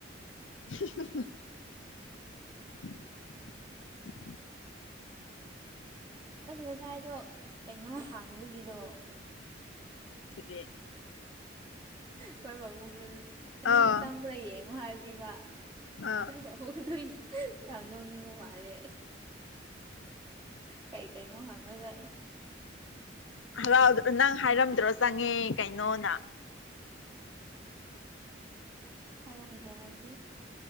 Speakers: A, on the left (about 85°); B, on the right (about 30°).
A: <unintelligible>
B: ꯑꯁ ꯉꯁꯥꯏꯗꯣ ꯀꯩꯅꯣ ꯍꯥꯡꯕꯒꯤꯗꯣ
A: ꯁꯤꯗꯤ
B: ꯍꯣꯏ ꯄꯥꯕꯨꯡꯗ ꯑꯅꯤ
A: ꯑꯥ
B: ꯆꯪꯕ꯭ꯔꯥ ꯌꯦꯡꯉꯣ ꯍꯥꯏꯕꯤꯕ
A: ꯑꯥ
B: ꯍꯣꯏ ꯃꯈꯣꯡꯗꯨꯏ ꯌꯥꯝ ꯅꯣꯡꯅꯤꯡꯕ ꯃꯥꯜꯂꯦ ꯀꯩꯀꯩꯅꯣ ꯍꯥꯡꯉꯒ
A: ꯍꯔꯥꯎꯗꯕ ꯅꯪ ꯍꯥꯏꯔꯝꯗ꯭ꯔꯣ ꯆꯪꯉꯦ ꯀꯩꯅꯣꯅ
B: ꯍꯥꯏꯔꯝꯗ꯭ꯔꯣ ꯍꯥꯏꯕꯗꯤ